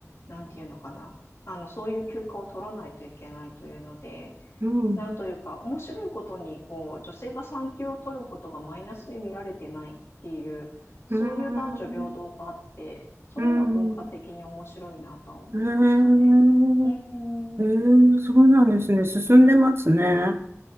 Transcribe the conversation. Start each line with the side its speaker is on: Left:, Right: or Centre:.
Left: なんていうのかな。あの、そういう休暇を取らないといけないというので、
Right: うん、
Left: なんというか、面白いことに、こう、女性が産休を取ることがマイナスに見られてないっていう、そういう男女平等があって、
Right: うん、
Left: そういうのは文化的に面白いなとは思いましたね。
Right: うん、うん、
Left: うん、
Right: うん、うんそうなんですね。進んでますね。